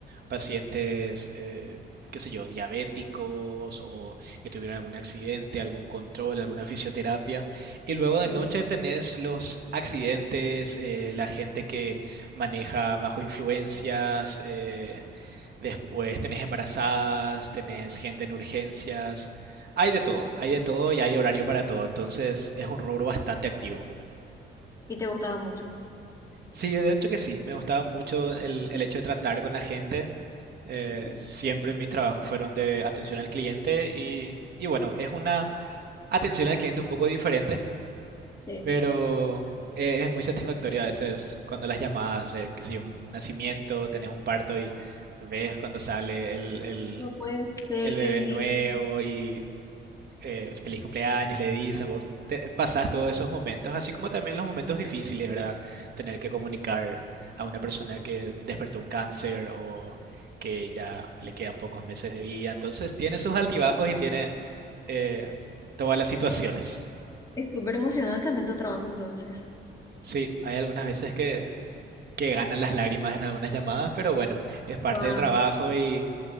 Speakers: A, on the right; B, on the left.
A: pacientes, eh, qué sé yo, diabéticos o que tuvieron algún accidente, algún control, alguna fisioterapia. Y luego de
B: Sí,
A: noche tenés los accidentes, eh, la gente que maneja bajo influencias, eh, después tenés embarazadas, tenés gente en urgencias. Hay de todo, hay de todo y hay horario para todo, entonces es un rubro bastante activo.
B: y te gustaba mucho.
A: Sí, de hecho que sí, me gustaba mucho el, el hecho de tratar con la gente. Eh,
B: sí,
A: siempre mis trabajos fueron de atención al cliente y, y bueno, es una atención al cliente un poco diferente,
B: sí.
A: pero eh, es muy satisfactorio a veces cuando las llamadas de, qué sé yo, un nacimiento, tenés un parto y ves cuando sale el, el,
B: No puede ser,
A: el bebé
B: qué lindo.
A: nuevo y eh, feliz cumpleaños, le dicen, vos te- pasás todos esos momentos, así como también los momentos difíciles, ¿verdad? Tener que comunicar a una persona que despertó un cáncer o que ya le quedan pocos meses de vida, entonces tiene sus altibajos y tiene eh, todas las situaciones.
B: Es súper emocional también tu trabajo entonces.
A: Sí, hay algunas veces que, que ganan las lágrimas en algunas llamadas, pero bueno, es parte
B: Wow.
A: del trabajo y,